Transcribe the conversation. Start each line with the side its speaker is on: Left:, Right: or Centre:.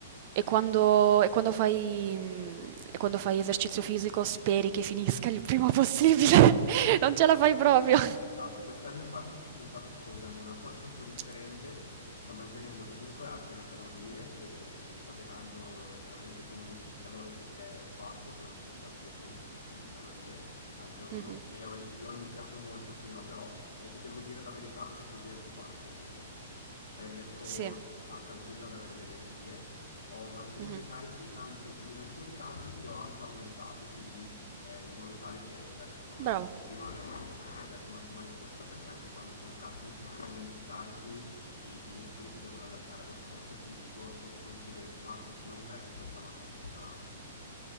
Right: E quando, e quando fai, mm, e quando fai esercizio fisico speri che finisca il prima possibile, <laughs> non ce
Left: Sì.
Right: la fai proprio.
Left: Esatto, quest'anno infatti, infatti sto usando
Right: <laughs>
Left: un approccio un po' differente, sto mantenendo comunque alte le calorie e mi sto allenando chiaramente con un deficit calorico che è basso, sono circa 200-300 calorie al giorno
Right: Mhm.
Left: e ho ini- l'ho iniziato molto prima però e ti devo dire la verità che così è più facile nel tempo, cioè riesco
Right: Sì.
Left: a tranquillo ad avere le energie, ho mantenuto
Right: Mhm.
Left: i carichi, anzi in alcuni casi li ho anche aumentati, quindi eh, in modo tale che, la ris- come
Right: Bravo.
Left: ti ho detto prima, adesso hai dato un'ottima risposta perché anche quando sei in cutting, se tu aumenti i carichi, i muscoli si devono adattare allo sforzo fisico e di conseguenza non perdi tanta massa muscolare.